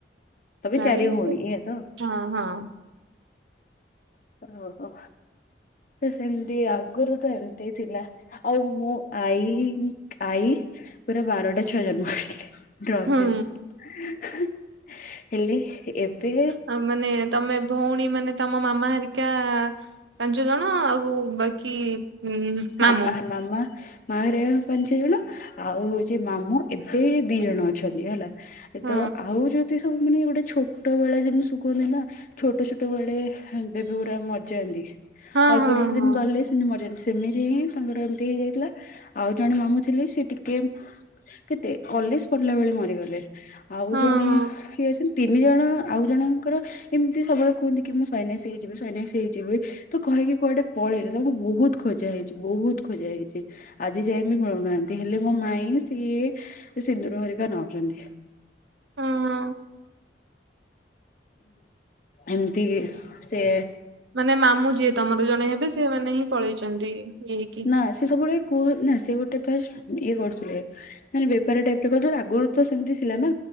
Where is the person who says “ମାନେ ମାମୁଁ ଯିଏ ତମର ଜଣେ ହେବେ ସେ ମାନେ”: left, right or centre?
Right